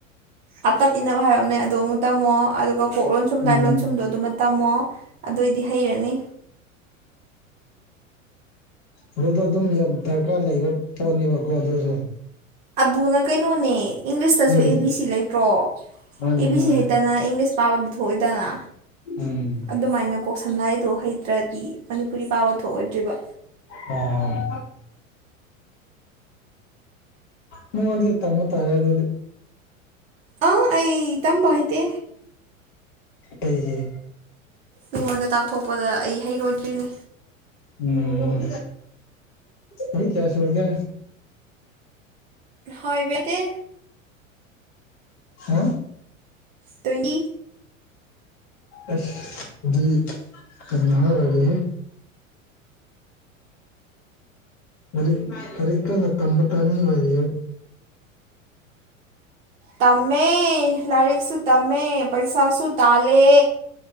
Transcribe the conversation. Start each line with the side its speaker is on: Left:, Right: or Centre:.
Right: ꯑꯇꯞ ꯏꯅꯕ ꯍꯥꯏꯔ ꯑꯃꯅꯦ ꯑꯗꯣ ꯑꯃꯨꯛ ꯇꯝꯃꯣ ꯑꯗꯨꯒ ꯀꯣꯛꯂꯣꯟꯣꯟ ꯁꯨꯝ ꯂꯥꯏꯂꯣꯟꯣ
Left: ꯎꯝ
Right: ꯁꯨꯝꯗꯣ ꯑꯗꯨꯃ ꯇꯝꯃꯣ ꯑꯗꯨꯑꯣꯏꯗꯤ ꯍꯩꯔꯅꯤ
Left: ꯎ ꯑꯗꯨꯗ ꯑꯗꯨꯝ ꯗꯔꯀꯥꯔ ꯂꯩꯕ ꯄꯣꯠꯅꯦꯕ ꯀꯣ ꯑꯗꯨꯁꯨꯣ
Right: ꯑꯗꯨꯅ ꯀꯩꯅꯣꯅꯦ ꯏꯪꯂꯤꯁꯇꯁꯨ
Left: ꯎꯝ
Right: ꯑꯦ ꯕꯤ ꯁꯤ ꯂꯩꯇ꯭ꯔꯣ
Left: ꯃꯥꯅꯤ
Right: ꯑꯦ ꯕꯤ
Left: ꯃꯥꯅꯤ
Right: ꯁꯤ ꯍꯩꯇꯅ ꯏꯪꯂꯤꯁ ꯄꯥꯕꯗꯤ ꯊꯣꯛꯑꯣꯏꯗꯅ
Left: ꯎꯝ
Right: ꯑꯗꯨꯃꯥꯏꯅ ꯀꯣꯛ ꯁꯝꯂꯥꯏꯗꯣ ꯍꯩꯇ꯭ꯔꯗꯤ ꯃꯅꯤꯄꯨꯔꯤ ꯄꯥꯕ ꯊꯣꯛꯑꯣꯏꯗ꯭ꯔꯤꯕ
Left: ꯑꯝ ꯅꯪꯉꯣꯟꯗꯒꯤ ꯇꯝꯕ ꯇꯔꯦ ꯑꯗꯨꯗꯤ
Right: ꯑꯥ ꯑꯩ ꯇꯝꯕ ꯍꯩꯇꯦ
Left: ꯑꯩꯒꯤ
Right: ꯃꯤꯉꯣꯟꯗ ꯇꯥꯛꯊꯣꯛꯄꯗ ꯑꯩ ꯍꯩꯔꯣꯏꯗ꯭ꯔꯤꯅꯤ
Left: ꯎꯝ ꯆꯍꯤ ꯀꯌꯥ ꯁꯨꯔꯒꯦ
Right: ꯍꯏꯕꯗꯤ
Left: ꯍꯥ
Right: ꯇ꯭ꯋꯦꯟꯇꯤ
Left: ꯑꯁ ꯑꯗꯨ ꯀ ꯃꯍꯍꯥ ꯑꯣꯏꯦꯍꯦ ꯃꯔꯤ ꯀꯔꯤ ꯀꯅ ꯇꯝꯕ ꯇꯅꯤ ꯋꯥꯔꯤꯔꯤ
Right: ꯇꯝꯃꯦ ꯂꯥꯏꯔꯤꯛꯁꯨ ꯇꯝꯃꯦ ꯄꯩꯁꯥꯁꯨ ꯇꯥꯜꯂꯦ